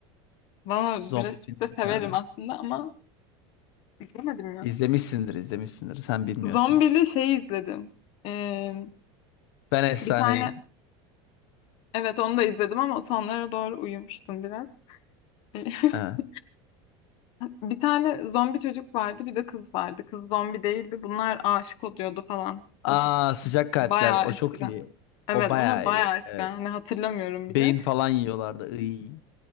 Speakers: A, on the left; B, on the left.
A: Valla
B: Zombi
A: Brad
B: filmi
A: Pitt de severim
B: bir tane.
A: aslında ama izlemedim ya.
B: İzlemişsindir, izlemişsindir. Sen bilmiyorsun
A: Zombili
B: hiç.
A: şey izledim. Ee,
B: Ben efsaneyim.
A: bir tane evet onu da izledim ama sonlara doğru uyumuştum biraz. Ee,
B: Evet.
A: <laughs> Bir tane zombi çocuk vardı bir de kız vardı. Kız zombi değildi. Bunlar aşık oluyordu falan.
B: Aa
A: O tip bir şey.
B: sıcak kalpler
A: Bayağı
B: o
A: eskiden.
B: çok iyi.
A: Evet
B: O bayağı
A: onu bayağı
B: iyi.
A: eskiden.
B: Evet.
A: Hani hatırlamıyorum
B: Beyin
A: bile.
B: falan yiyorlardı. Iy,